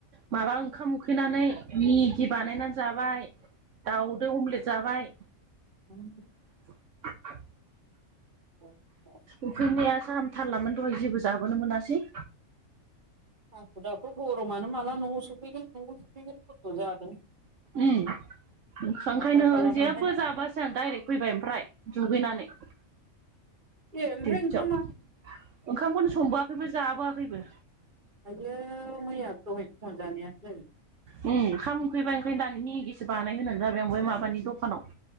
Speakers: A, on the right; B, on the right.
A: माबा ओंखाम उखैनानै मेगि बानायनानै जाबाय दाउदो अमलेट जाबाय।
B: उम
A: <inaudible>
B: औ औ
A: उखैनाया साहामथारलामोन दहाय जेबो जाबोनो मोनासै।
B: हाखु दाखु गरमानो माला न'आव सफैगोन न'आव सफैगोन खथ'' जादों।
A: उम ओंखायनो
B: हाथारखालामोनहाय
A: जेबबो जाबोआसां डाइरेक फैबाय ओमफ्राय दुगैनानै
B: ए ओमफ्राय
A: दिउथियाव
B: ओंखामा
A: ओंखामखौनो संबोआखैबो जाबोआखैबो।
B: आयै मैया दहाय फुंआव जानायानो जायो
A: उम ओंखाम उखैबाय ओंखायनो दानि मेगिसो बानाय होननै जाबाय आं बै माबानि दखानाव